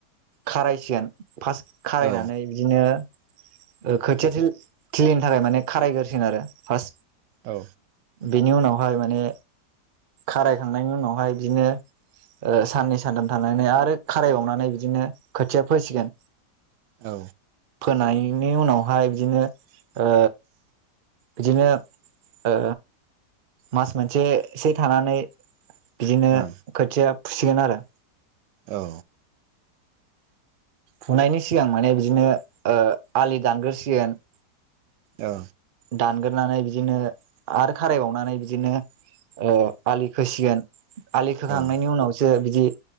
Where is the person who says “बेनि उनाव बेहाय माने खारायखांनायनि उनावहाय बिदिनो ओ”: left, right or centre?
Right